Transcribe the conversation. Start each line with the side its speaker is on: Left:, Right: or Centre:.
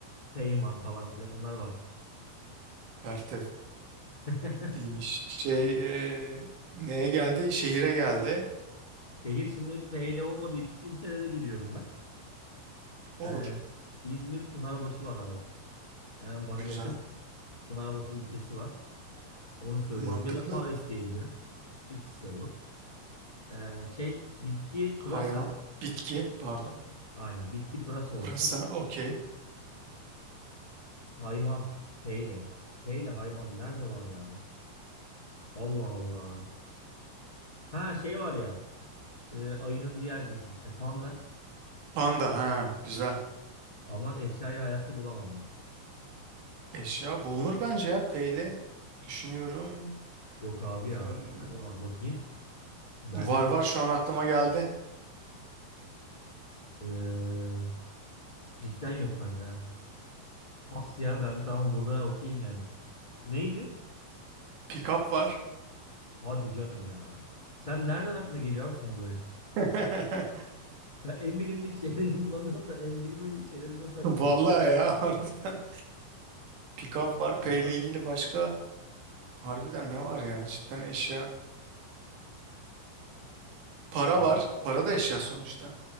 Left: Peyman falan filan onlar var.
Right: Pertev.
Left: <laughs>
Right: İyiymiş. Şey e, neye geldi? Şehire geldi.
Left: Şehir şimdi P ile olmadığı için ilçelere giriyorum ben.
Right: Olur.
Left: Ee, İzmir Pınarbaşı var abi. Hemen bana
Right: Güzel.
Left: yakın Pınarbaşı ilçesi var. Onu söylüyorum.
Right: Mantıklı.
Left: Ya da Paris diyebilirim. İkisi olur. Ee, şey bitki pırasa.
Right: Hayvan. Bitki. Pardon.
Left: Aynen bitki pırasa olsun.
Right: Pırasa. Okey.
Left: Hayvan peyle. Peyle hayvan nerede var ya? Allah Allah. Ha şey var ya. e, ayının diğer cinsi işte panda.
Right: Panda. Ha güzel.
Left: Ama eşyayı hayatta bulamam ben.
Right: Eşya. Bulunur bence ya. Peyle. Düşünüyorum.
Left: Yok abi
Right: Ee,
Left: ya. Nerede var bakayım. Bende
Right: var
Left: düş.
Right: var şu an aklıma geldi.
Left: Ee, cidden yok bende. ha. Pas ya ben tamam burada okeyim yani. Neydi?
Right: Pick up var.
Left: Hadi canım ya. Sen nereden aklına geliyor abi senin böyle şey?
Right: <laughs>
Left: Ya en bilindik şeyleri <laughs> bulamıyorsun da en bilinmedik şeyleri nasıl aklına
Right: Vallahi ya harbiden. Pikaf var. P
Left: zaman
Right: ile ilgili başka harbiden ne var ya? Cidden eşya. Para
Left: şimdi
Right: var. Para da eşya sonuçta.